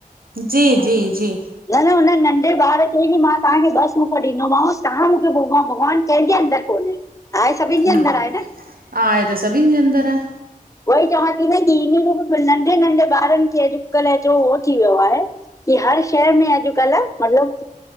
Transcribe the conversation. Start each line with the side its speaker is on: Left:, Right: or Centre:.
Right: जी जी जी
Left: न-न हुन नंढे ॿार खे बि, मां तव्हांखे ॿ सुफ़ ॾींदोमांव, तव्हां मूंखे भ भॻवान कंहिंजे अंदरि? कोन्हे आहे, सभिनि जे
Right: हम्म
Left: अंदर आहे न?
Right: आहे त सभीन जे अंदर आं।
Left: उहई चवां थी न की, इय बि नंढे -नंढे ॿारनि खे अॼुकल्ह हेतिरो उहो थी वियो आहे। की हर शहर में अॼुकल्ह <unintelligible> मतलब